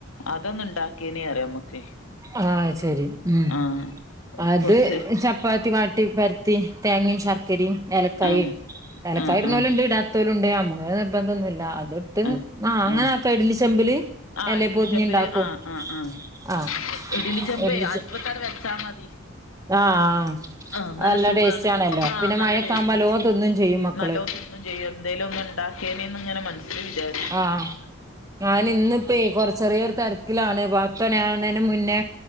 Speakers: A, on the left; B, on the right.
A: അതൊന്ന് ഉണ്ടാക്കിയനേ പറിയാം നമ്മക്ക്
B: ആഹ് ശെരി ഉം
A: ആഹ്
B: അത്
A: കൊറച്ച്
B: ചപ്പാത്തി വാട്ടി പെര ത്തി തേങ്ങയും ശർക്കരയും ഏലക്കായ്
A: ആഹ്
B: ഏലക്കായി
A: ആഹ്
B: ഇടുണോലും
A: ആഹ്
B: ഇണ്ട് ഇടാത്തോലും ഇണ്ട് ഞമ്മക്ക് നിർബന്ധം ഒന്നും ഇല്ല അത് ഇട്ട്
A: ആഹ്
B: ആ അങ്ങനെ
A: ആഹ്
B: ക്കെ ഇഡ്ഡലി ചെമ്പില്
A: ആഹ്
B: എല
A: ഇഡലി
B: പൊതിഞ്ഞ്
A: ചെമ്പില്
B: ഉണ്ടാക്കും
A: ആഹ് ആഹ് ആഹ്
B: ആഹ്
A: ഇഡലി ചെമ്പ്
B: ഇഡ്ലിചെ
A: അടുപ്പത്തടെ വെച്ചാ മതി
B: ആഹ്
A: ആഹ് നല്ല സുഖമാണ്
B: ടേസ്റ്റ് ആണല്ലോ
A: ആഹ്
B: പിന്നെ
A: നല്ല
B: മഴയൊക്കെ
A: ടേസ്റ്റ്
B: ആവുമ്പോ നല്ലോ തിന്നും ചെയ്യും മക്കള്
A: നല്ലോം തിന്നും ചെയ്യും എന്തേലും ഒന്ന് ഉണ്ടാക്കിയേനന്ന് ഇങ്ങനെ മനസ്സിൽ വിചാരിച്ചു
B: ആഹ് ഞാൻ ഇന്നിപ്പ കൊറ ചെറിയ ഒരു തിരക്കിലാണ് അപ്പ ഞൻ ന്റെ മുന്നേ